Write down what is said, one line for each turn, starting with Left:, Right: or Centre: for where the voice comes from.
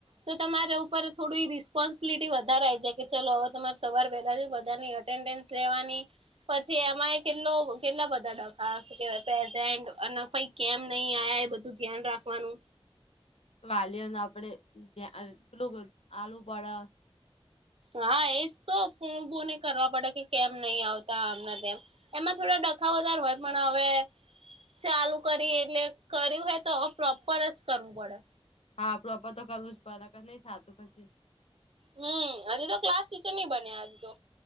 Right: તો તમારા ઉપર થોડુંઈ રિસ્પોન્સિબિલિટી વધારે આ આયી જાય કે ચલો અવે તમારે સવાર વેલા જઈ બધાની અટ એટેન્ડન્સ લેવાની પછી એમાંય કેટલો કેટલા બધા ડક હા, શું કેવાય પ્રેઝેન્ટ અને પહી કેમ નહી આયા એ બધું ધ્યાન રાખવાનું.
Left: વાલીઓને આપડે ત્યાં આટલું બધું આલુ પડ.
Right: હા, એજ તો ફુન બુન એ કરવા પડે કે કેમ નહી આવતા આમ ને તેમ. એમાં થોડા ડખા વધારે હોય પણ હવે. ચાલુ કરી એટલે કર્યું હોય તો પ્રોપર જ કરવું પળે.
Left: હા, પ્રોપ્રર તો કરવું જ પડે નકર નઈ થાતું પસી.
Right: હમ્મ હજી તો ક્લાસ ટીચર નઈ બન્યા હજી તો.